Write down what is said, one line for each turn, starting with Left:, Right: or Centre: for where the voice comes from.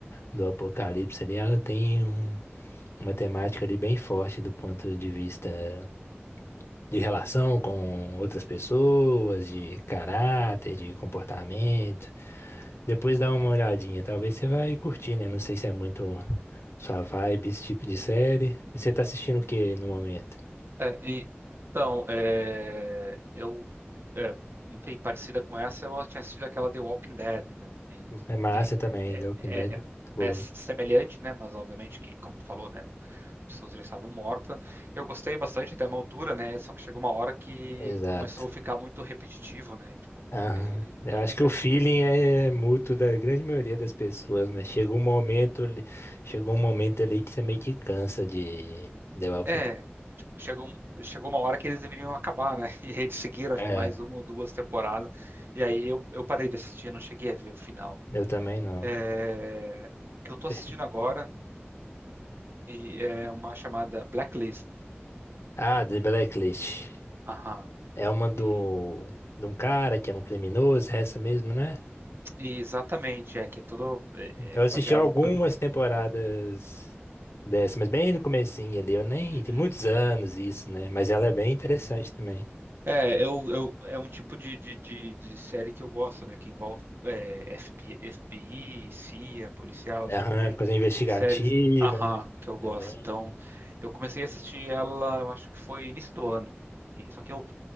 Left: do apocalipse ali, ela tem um, uma temática ali bem forte do ponto de vista de relação com outras pessoas, de caráter, de comportamento. Depois dá uma olhadinha, talvez você vai curtir, né? Não sei se é muito sua vibe esse tipo de série. Mas Você tá assistindo o que no momento?
Right: É, e- então, é, eu, é, enfim, parecida com essa, eu tinha assistido aquela The Walking Dead, né? E que,
Left: É massa
Right: que
Left: também,
Right: é,
Left: The Walking
Right: é,
Left: Dead
Right: é,
Left: é muito boa.
Right: é semelhante, né? Mas obviamente que, como tu falou, né? As pessoas já estavam mortas. Eu gostei bastante até uma altura, né? Só que chegou uma hora que
Left: Exato.
Right: começou a ficar muito repetitivo, né? Tipo,
Left: Aham.
Right: e,
Left: Eu
Right: e
Left: acho que o feeling é mútuo da grande maioria das pessoas, né? Chega um momento, ali- chegou um momento ali que você meio que cansa de The Walking
Right: É, tipo, chegou, um- chegou uma hora que eles deveriam acabar, né? <laughs> E eles seguiram,
Left: Dead.
Right: acho que mais uma ou duas temporadas. E aí eu, eu parei de assistir, eu não cheguei a ver o final.
Left: Eu também não.
Right: É, o que eu tô
Left: Per-
Right: assistindo agora e é uma chamada Blacklist.
Left: Ah, The
Right: E,
Left: Blacklist.
Right: aham,
Left: É uma do
Right: e,
Left: de um cara que era um criminoso, é essa mesmo, né?
Right: e exatamente, é que é tudo é,
Left: Eu
Right: é baseado.
Left: assisti algumas
Right: Pra,
Left: temporadas dessa, mas bem no comecinho ali, eu nem
Right: Uhum.
Left: tem muitos anos isso, né? Mas ela é bem interessante também.
Right: É, eu, eu, é um tipo de, de, de, de série que eu gosto, né? Que envolve é, FBI, FBI, CIA, policial, esse
Left: Aham,
Right: tipo de,
Left: coisa investigativa,
Right: de séries. Aham,
Left: né?
Right: que eu gosto.
Left: É bem
Right: Então, eu comecei a assistir ela, eu acho que foi início do ano. E, só que eu,